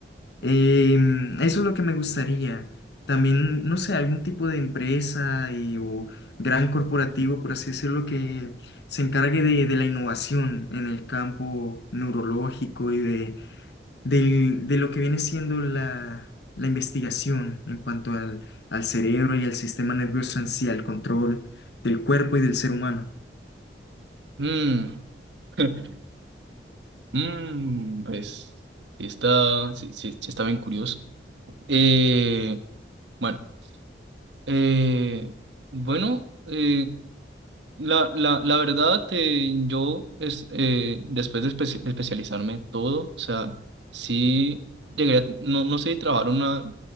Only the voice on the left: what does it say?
Em, eso es lo que me gustaría. También, no sé, algún tipo de empresa eh, o gran corporativo, por así decirlo, que se encargue de, de la innovación en el campo neurológico y de del- de lo que viene siendo la, la investigación en cuanto al, al cerebro y al sistema nervioso en sí, al control del cuerpo y del ser humano.